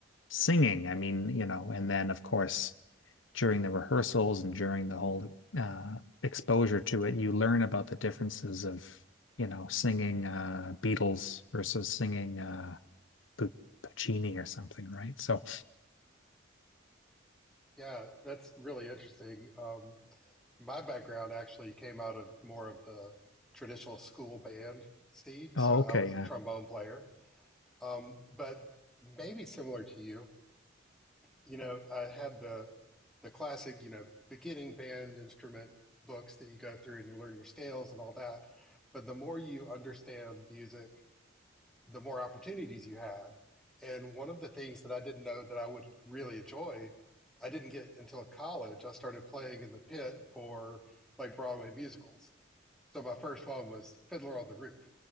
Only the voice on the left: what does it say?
singing. I mean, you know, and then of course, during the rehearsals and during the whole uh, exposure to it, you learn about the differences of, you know, singing uh, Beatles versus singing uh, Puccini or something, right? So,
oh,
okay,
yeah.